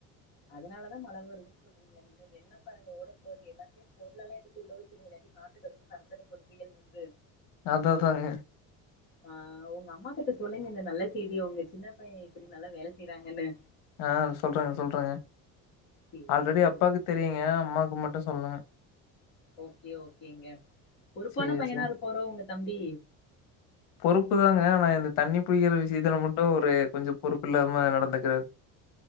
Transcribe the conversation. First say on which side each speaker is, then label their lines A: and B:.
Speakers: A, on the left; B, on the left.
A: அதனாலதான் மழை வருதுன்னு சொல்றீங்களா நீங்க வெள்ளம் பாருங்க ஓட போது எல்லாத்தையும் பொருள எல்லாம் எடுக்கு உள்ள வச்சுங்க எல்லாைத்தையும் காத்துக்கயாதுக்கும் பறந்துடற போது புயல் வந்து
B: அது தாங்க
A: ஆஹ் உங்க அம்மா கிட்ட சொல்லுங்க இந்த நல்ல செய்திய உங்க சின்ன பையன் இப்படி நல்லா வேலை செய்யறாங்கன்னு
B: ஆஹ் சொல்றேங்க சொல்றேங்க
A: சேரி
B: ஆல்ரெடி
A: சேரி
B: அப்பாக்கு தெரியுங்க அம்மாக்கு மட்டும் சொல்லுங்க
A: ஓகே ஓகேங்க பொறுப்பான
B: சரி
A: பையனா
B: சரி
A: இருப்பாரோ உங்க தம்பி
B: பொறுப்புதாங்க நான் இந்த தண்ணி புிடிக்கிற விஷயத்துல மட்டும் ஒரு கொஞ்சம் பொறுப்பு இல்லாம நடந்துக்கிறாரு